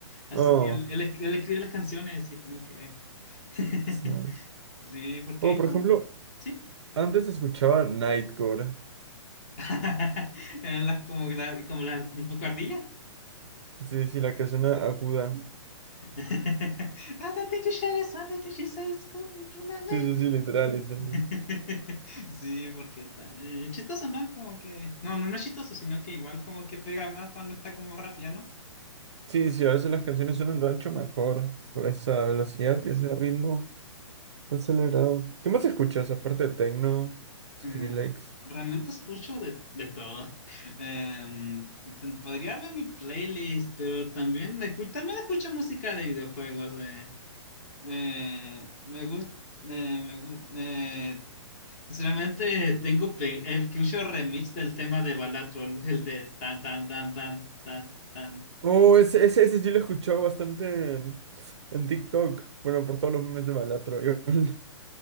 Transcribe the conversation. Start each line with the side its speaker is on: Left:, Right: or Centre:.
Left: Así
Right: Oh,
Left: que él, él, es- él escribe las canciones y es como que... <laughs>
Right: it's nice.
Left: Sí, porque
Right: Oh,
Left: hay
Right: por
Left: como...
Right: ejemplo,
Left: Sí.
Right: antes escuchaba Nightcore.
Left: <laughs> Eran las como, gra- como las un poco ardillas.
Right: Sí, sí, la que suena aguda.
Left: <laughs> All the things she says, all the things she says, could be true, my man.
Right: Sí, sí, sí, literal, literal.
Left: <laughs> Sí, porque ta- eh, chistoso, ¿no? Como que... No, no, no es chistoso, sino que igual como que pega más cuando está como rápida,
Right: Sí, sí, a veces las canciones son suenan rancho mejor por esa velocidad y ese ritmo acelerado. ¿Qué más escuchas aparte de techno,
Left: Mm,
Right: Skrillex?
Left: realmente escucho de, de todo. <laughs> Em, te- podría ver mi playlist, pero también, escu- también escucho música de videojuegos. eh. Eh, me gusta. me gu- eh, sinceramente, tengo pe- escucho remix del tema de Balatrol, <laughs> el de tan, tan, tan, tan, tan, tan.
Right: Oh, ese, ese, ese sí lo he escuchado bastante en, en TikTok. Bueno, por todos los memes de Balatro. igual. <laughs>